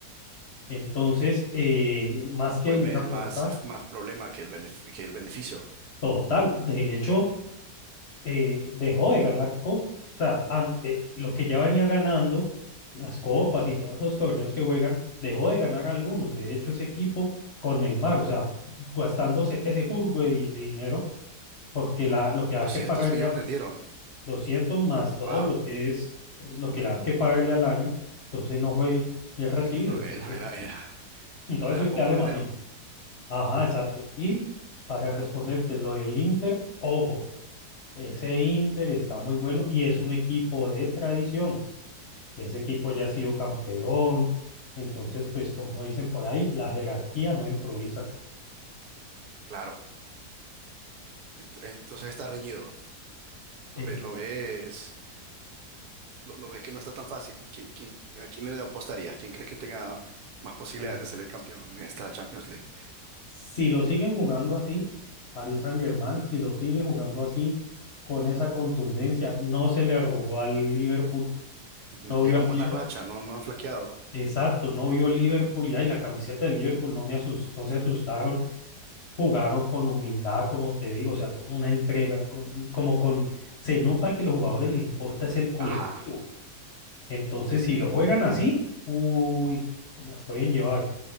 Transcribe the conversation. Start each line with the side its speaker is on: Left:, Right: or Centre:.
Left: Entonces, eh, más que
Right: Pues
Left: venir
Right: me-
Left: a aportar,
Right: más, más problema que el, benef- que el beneficio.
Left: total, de hecho, eh, dejó de ganar copas. O sea, an- eh, lo que ya venía ganando, las copas y todos esos torneos que juegan, dejó de ganar algunos. De hecho, ese equipo con Neymar, o sea, gastándose ese jugo de, de dinero, porque la, lo que
Right: doscientos
Left: hay que pagarle
Right: millones
Left: a
Right: dieron.
Left: 200 más todo
Right: Wow.
Left: lo que es, lo que le hay que pagarle al año, entonces no fue bien recibido.
Right: Eh, no,
Left: Entonces,
Right: eh, no era, era-
Left: entonces
Right: no era
Left: hay
Right: poco
Left: que darle manejo.
Right: dinero.
Left: Ajá, exacto. Y para responderte lo del Inter, ojo, ese Inter está muy bueno y es un equipo de tradición. Ese equipo ya ha sido campeón. Entonces, pues como dicen por ahí, la jerarquía no improvisa.
Right: Claro. Ent- Entonces está reñido. Lo,
Left: Es,
Right: ve- lo ves. lo, lo ves que no está tan fácil. ¿Quién, quién- a quién le apostarías? ¿Quién crees que tenga más posibilidades
Left: u-
Right: de salir campeón en esta Champions League?
Left: si lo siguen jugando así, Paris Saint-Germain, si lo sigue jugando así, con esa contundencia, no se le arrugó al Liverpool.
Right: Ujú.
Left: No
Right: Llevan
Left: vio al Liverpool,
Right: buena racha, no, no han flaqueado.
Left: exacto, no vio al Liverpool y ay, la camiseta del Liverpool no me asustó, no se asustaron jugaron con humildad, como te digo, o sea, con una entrega, con- como con, se nota que los jugadores les importa es el colectivo.
Right: Ajá,
Left: Entonces, si lo juegan así, uy, se las pueden llevar.